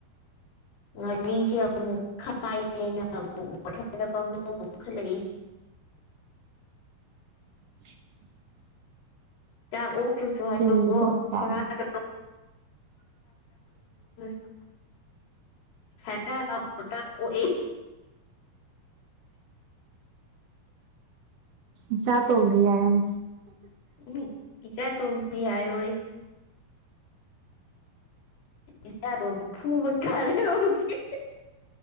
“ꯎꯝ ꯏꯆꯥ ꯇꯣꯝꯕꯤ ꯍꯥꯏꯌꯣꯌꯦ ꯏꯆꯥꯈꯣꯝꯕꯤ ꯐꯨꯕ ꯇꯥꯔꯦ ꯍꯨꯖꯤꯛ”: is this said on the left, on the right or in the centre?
Left